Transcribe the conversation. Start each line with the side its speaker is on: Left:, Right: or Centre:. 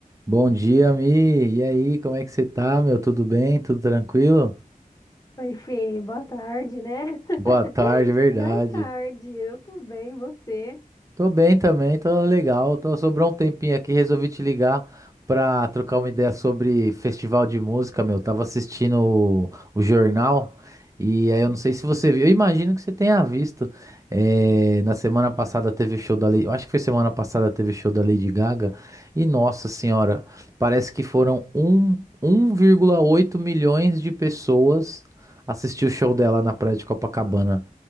Right: Bom dia, Mi. E aí, como é que você tá, meu? Tudo bem? Tudo tranquilo?
Left: Oi, Fê, boa tarde, né? <laughs>
Right: Boa tarde, é verdade.
Left: Já é tarde, eu tô bem, você?
Right: Tô bem também, tô legal. Tô, sobrou um tempinho aqui, resolvi te ligar pra trocar uma ideia sobre festival de música, meu. Tava assistindo o, o jornal e aí eu não sei se você viu. Eu imagino que você tenha visto. É, na semana passada teve o show da Lady, eu acho que foi semana passada teve o show da Lady Gaga e nossa senhora, parece que foram um, 1,8 milhões de pessoas assistir o show dela na praia de Copacabana.